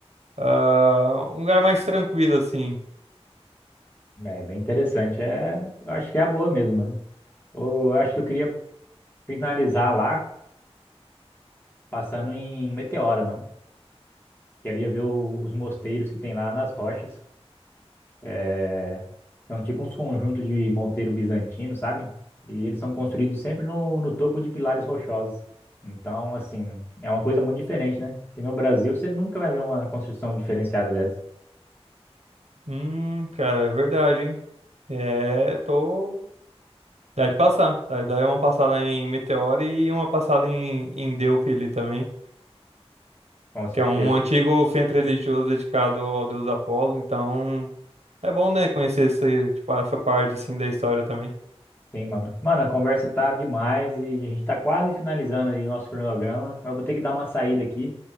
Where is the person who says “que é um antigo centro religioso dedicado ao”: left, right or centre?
Right